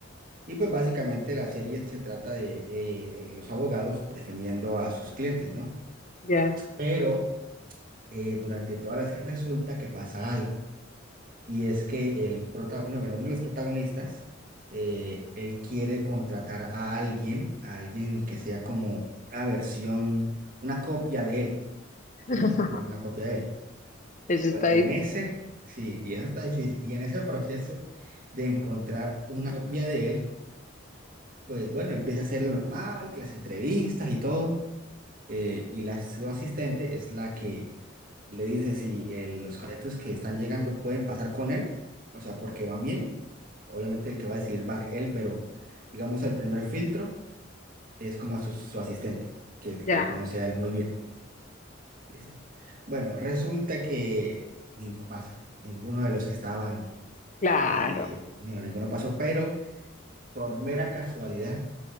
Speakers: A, on the right; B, on the left.
A: Y pues básicamente la serie se trata de eh, eh, los abogados defendiendo a sus clientes, ¿no?
B: ya.
A: Pero eh, durante toda la serie resulta que pasa algo. Y es que el prota uno, bueno, uno de los protagonistas, eh, él quiere contratar a alguien, a alguien que sea como una versión, una copia de él.
B: <laughs>
A: Quiere contratar una copia de él.
B: Eso
A: Pero
B: está
A: en
B: difícil.
A: ese, sí, y eso está difícil. Y en ese proceso de encontrar una copia de él, pues bueno, empieza a hacer lo normal, que las entrevistas y todo eh, y la su asistente es la que le dice si el- los cadetes que están llegando pueden pasar con él, o sea, porque van bien. Obviamente el que va a decidir va a ser él, pero digamos el primer filtro es como a su, su asistente, que
B: Ya,
A: lo conoce a él muy bien. Listo. Bueno, resulta que ninguno pasa, ninguno de los que estaban,
B: claro.
A: eh, ni- no, ninguno pasó, pero por mera casualidad